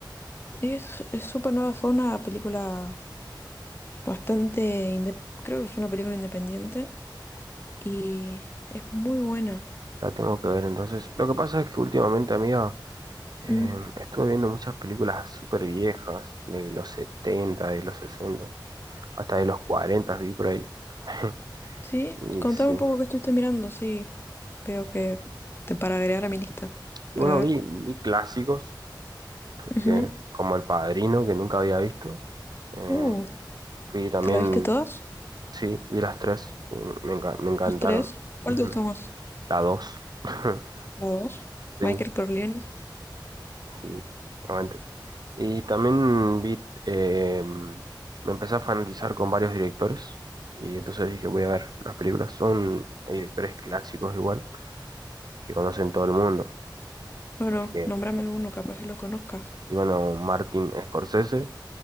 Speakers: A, on the left; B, on the right.
A: Es, es súper nueva, fue una película bastante, inde- creo que es una película independiente y es muy buena.
B: La tengo que ver entonces. Lo que pasa es que últimamente, amiga. Eh,
A: Mm,
B: estuve viendo muchas películas súper viejas, de los 70 de los 60 hasta de los 40 vi por ahí. <laughs>
A: Sí,
B: Y
A: contame
B: sí.
A: un poco qué estuviste mirando, sí. Veo que te para agregar a mi lista,
B: Y
A: para
B: bueno,
A: ver.
B: vi, vi clásicos,
A: Ujú.
B: que, como El Padrino, que nunca había visto. Eh,
A: Uh,
B: vi también,
A: ¿te la viste todas?
B: sí, vi las tres y me, enca- me encantaron.
A: ¿Los tres? ¿Cuál
B: Ujú.
A: te gustó más?
B: La dos. <laughs>
A: ¿La dos?
B: Sí,
A: Michael Corleone.
B: Sí, aguante. Y también vi, eh, me empecé a fanatizar con varios directores y entonces dije, voy a ver las películas. Son directores clásicos igual, que conocen todo el mundo.
A: Bueno,
B: Que,
A: nómbrame alguno, capaz que lo conozcas.
B: y bueno, Martin Scorsese,